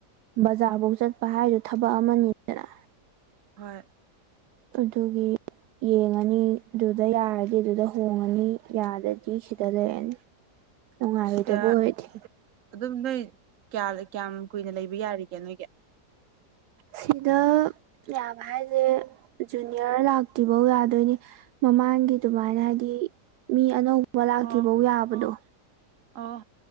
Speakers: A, on the right (about 75°); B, on the right (about 55°).
A: ꯕꯖꯥꯔ ꯐꯧ ꯆꯠꯄ ꯍꯥꯏꯗꯨ ꯊꯕꯛ ꯑꯃꯅꯤꯗꯅ꯫
B: ꯍꯣꯏ꯫
A: ꯑꯗꯨꯒꯤ꯫ ꯌꯦꯡꯉꯅꯤ ꯑꯗꯨꯗ ꯌꯥꯔꯗꯤ ꯑꯗꯨꯗ ꯍꯣꯡꯉꯅꯤ ꯌꯥꯗꯗꯤ ꯁꯤꯗ ꯂꯩꯔꯅꯤ꯫ ꯅꯨꯡꯉꯥꯏꯔꯣꯏꯗꯕ
B: ꯁꯤꯗ
A: ꯑꯣꯏꯔꯗꯤ
B: ꯑꯗꯨꯝ ꯅꯣꯏ꯫ ꯀꯌꯥ ꯀꯌꯥꯝ ꯀꯨꯏꯅ ꯂꯩꯕ ꯌꯥꯔꯤꯒꯦ ꯅꯣꯏꯒꯤ꯫
A: ꯁꯤꯗ ꯌꯥꯕ ꯍꯥꯏꯁꯦ ꯖꯨꯅꯤꯌꯔ ꯂꯥꯛꯇ꯭ꯔꯤꯐꯧ ꯌꯥꯗꯣꯏꯅꯤ ꯃꯃꯥ꯫ ꯡꯒꯤ ꯑꯗꯨꯃꯥꯏꯅ ꯍꯥꯏꯗꯤ ꯃꯤ ꯑꯅꯧꯕ ꯂꯥꯛꯇ꯭ꯔꯤꯐꯧ
B: ꯑꯣ
A: ꯌꯥꯕꯗꯣ꯫
B: ꯑꯣ꯫